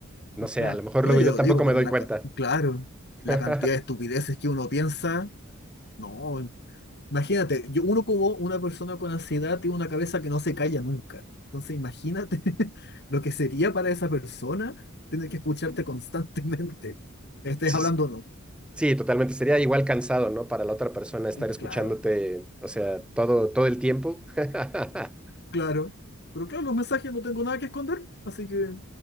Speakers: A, in the centre; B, on the left.
A: no
B: Sí,
A: sé,
B: Claro.
A: a lo mejor
B: No,
A: luego
B: yo
A: yo
B: lo
A: tampoco
B: digo por
A: me doy
B: la,
A: cuenta.
B: ca- claro, la
A: <laughs>
B: cantidad de estupideces que uno piensa. No, imagínate, yo, uno como una persona con ansiedad tiene una cabeza que no se calla nunca. Entonces, imagínate <laughs> lo que sería para esa persona tener que escucharte constantemente. Estés
A: Sí,
B: hablando o no.
A: Sí, totalmente. Sería igual cansado, ¿no? Para la otra persona estar
B: mm,
A: escuchándote,
B: Claro,
A: o sea, todo, todo el tiempo. <laughs>
B: claro. Pero claro, los mensajes no tengo nada que esconder, así que